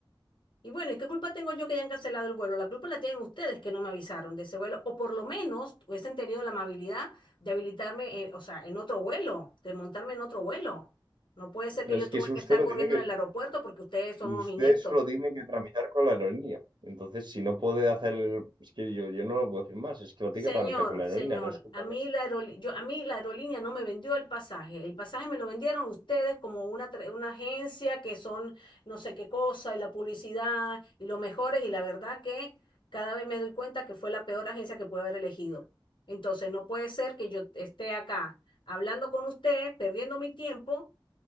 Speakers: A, on the left (about 70°); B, on the right (about 65°).
A: Y bueno, ¿y qué culpa tengo yo que hayan cancelado el vuelo? La culpa la tienen ustedes que no me avisaron de ese vuelo, o por lo menos hubiesen tenido la amabilidad de habilitarme, eh, o sea, en otro vuelo, de montarme en otro vuelo. No puede ser
B: Pero
A: que yo
B: es
A: tuve
B: que eso
A: que
B: usted
A: estar
B: lo
A: corriendo
B: tiene que,
A: en el aeropuerto porque ustedes son
B: usted
A: unos ineptos.
B: solo tiene que tramitar con la aerolínea. Entonces, si no puede hacer, es que yo, yo no lo puedo decir más, es que lo
A: Señor,
B: tiene que tramitar con la
A: señor,
B: aerolínea, no es culpa
A: a mí la aerol- yo, a mí la aerolínea no me vendió el pasaje. El pasaje me lo vendieron ustedes como una, tra- una agencia que son no sé qué cosa y la publicidad y los mejores y la verdad que cada vez me doy cuenta que fue la peor agencia que pude haber elegido. Entonces no puede ser que yo esté acá hablando con usted, perdiendo mi tiempo